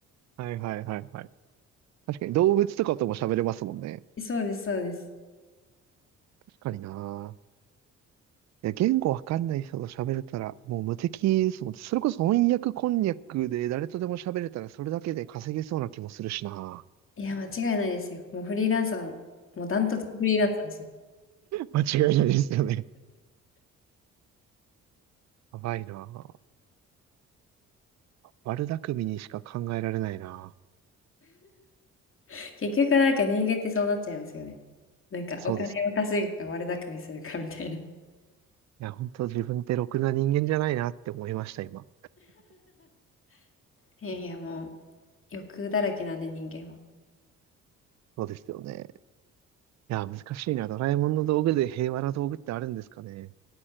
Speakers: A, on the right (about 60°); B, on the left (about 45°).
A: はいはいはいはい。確かに動物とかとも喋れますもんね。
B: そうです、そうです。
A: 確かにな。いや、言語わかんない人と喋れたらもう無敵ですもん。それこそ翻訳こんにゃくで誰とでも喋れたらそれだけで稼げそうな気もするしな。
B: いや、間違いないですよ。もうフリーランサー、もうダントツフリーランサーですよ。
A: 間違いないですよね。やばいな。悪巧みにしか考えられないな。
B: <laughs> 結局なんか人間ってそうなっちゃいますよね。なんかお金を稼ぐか悪巧みするかみたいな。
A: そうです。いや、本当自分ってろくな人間じゃないなって思いました、今。
B: いやいや、もう欲だらけなんで人間は。
A: そうですよね。いや、難しいな。ドラえもんの道具で平和な道具ってあるんですかね。